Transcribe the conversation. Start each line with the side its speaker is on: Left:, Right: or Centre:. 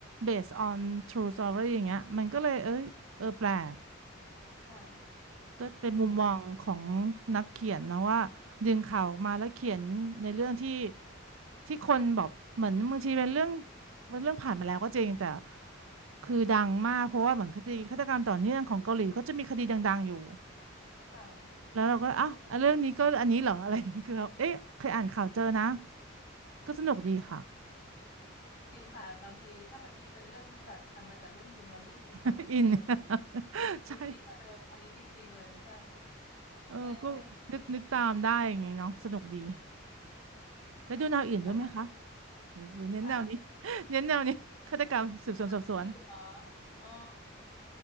Right: based on true story อย่างเงี้ยมันก็เลยเอ้ยเออแปลก
Left: ค่ะ
Right: ก็เป็นมุมมองของ
Left: อืม
Right: นักเขียนนะว่าดึงข่าวออกมาแล้วเขียนในเรื่องที่ที่คนแบบเหมือนบางทีเป็นเรื่องเป็นเรื่องผ่านมาแล้วก็จริงแต่คือดังมากเพราะว่าเหมือนคดีฆาตกรรมต่อเนื่องของเกาหลีเขาจะมีคดีดังๆอยู่
Left: ค่ะ
Right: แล้วเราก็อ้าวอ่ะเรื่องนี้ก็อันนี้เหรออะไรอย่างเงี้ยคือเราเอ๊ะเคยอ่านข่าวเจอนะก็สนุกดีค่ะ
Left: จริงค่ะบางทีถ้ามันยิ่งเป็นเรื่องที่แบบทำมาจากเรื่องจริงเรายิ่งมีความสงสัยอยาก
Right: <laughs> อิน <laughs>
Left: ยิ่ยิ่งกว่าเดิมอันนี้จริงๆเลยใช่
Right: ใช่ เออก็นึกนึกตามได้อย่างไงเนาะสนุกดี
Left: เออ
Right: แล้วดูแนวอื่นด้วยไหมคะ
Left: แล้ว
Right: หรือหรือเน้นแนวนี้
Left: คะ
Right: <laughs> เน้นแนวนี้ฆาตกรรมสืบสวนสอบสวน
Left: เร่ะอื่นเหรออ๋อ